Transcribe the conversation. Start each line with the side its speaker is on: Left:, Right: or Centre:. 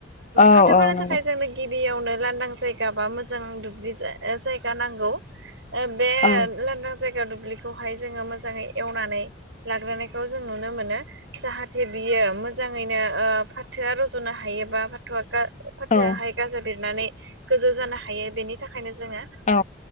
Left: औ
Right: फाथोफोरनो
Left: औ नंगौ
Right: थाखाय जोंनो। गिबियावनो लांदां जायगा बा मोजां दुब्लि जायगा नांगौ? बे
Left: औ
Right: लांदां जायगा दुब्लिखौहाय जोङो मोजाङै एवनानै लाग्रोनाय बखौ जों नुनो मोनो। जाहाथे बियो मोजाङैनो फाथोआ रज'नो हायोबा फाथोआ फाथोआहाय
Left: औ
Right: गाजा बिरनानै गोजौ जानो हायो बेनि थाखायनो जोङो
Left: औ